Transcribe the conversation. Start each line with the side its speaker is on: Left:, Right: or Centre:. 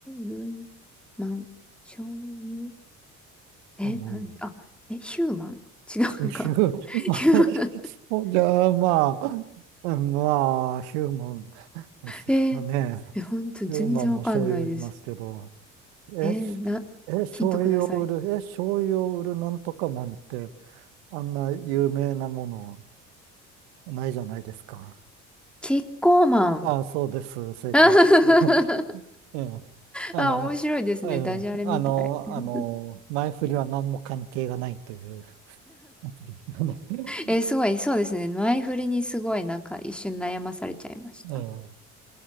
Centre: る、マン、醤油。え、
Right: うん
Centre: なん、あ、え、ヒューマン違うのか。
Right: 週、<laughs>
Centre: <laughs>
Right: まあ、
Centre: ヒューマン。
Right: そうじゃあ、まあ、うんまあ、ヒューマンですかね。
Centre: えーえ、ほんと全然わかんないです。
Right: ヒューマンも醤油売りますけど、え、
Centre: えーな、
Right: しえ、醤油を売る、
Centre: ヒントください。
Right: え、醤油を売るなんとかマンって、あんな有名なものないじゃないですか。
Centre: キッコーマン。
Right: あ、そうです。正解です。
Centre: <laughs>
Right: <laughs> ええ、あの、
Centre: あ、面白いですね。
Right: ええ、
Centre: ダジャレみたい。
Right: あの、
Centre: <laughs>
Right: あの、前振りは何も関係がないというやつですよね。<laughs>
Centre: えーすごい、そうですね。前振りにすごいなんか一瞬悩まされちゃいました。
Right: ええ、